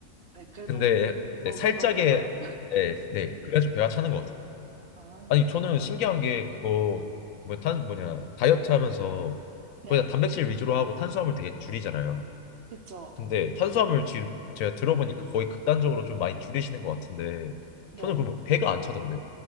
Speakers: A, on the right; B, on the left.
A: 네, 그래도
B: 근데
A: 먹은
B: 네 살짝의
A: 거 같나요? <laughs>
B: 네네 그래야 좀 배가 차는 것
A: 아,
B: 같아요.
A: 아,
B: 아니
A: 그렇구나.
B: 저는 신기한 게 그거 뭐탄 뭐냐 다이어트 하면서
A: 네,
B: 거의 다 단백질 위주로 하고 탄수화물 되게 줄이잖아요.
A: 그쵸.
B: 근데 탄수화물 지금 제가 들어보니까 거의 극단적으로 좀 많이 줄이시는 것 같은데
A: 네.
B: 저는 그러면 배가 안 차던데요.